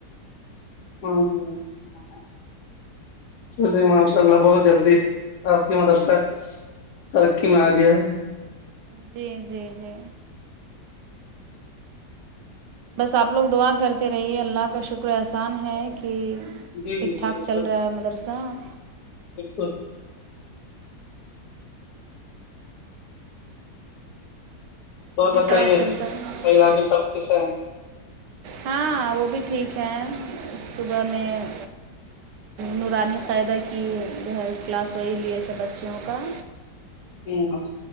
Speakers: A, on the left; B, on the right.
A: ہاں چلیے ماشاء اللہ بہت جلدی آپ کی مدرسہ- ترقی میں آ گیا ہے-
B: جی- جی- جی بس آپ لوگ دعا کرتے رہیے اللہ کا شکر احسان ہے کہ-
A: جی جی
B: ٹھیک
A: جی
B: ٹھاک
A: بالکل
B: چل رہا ہے مدرسہ-
A: بالکل
B: اسی
A: اور بتائیے
B: طرح چلتا ہے
A: صیدافی سب کیسے ہیں-
B: ہاں وہ بھی ٹھیک ہیں صبح میں- نورانی قائدہ کی- کہ جو ہے کلاس وہی لیے تھے بچیوں کا-
A: ہوں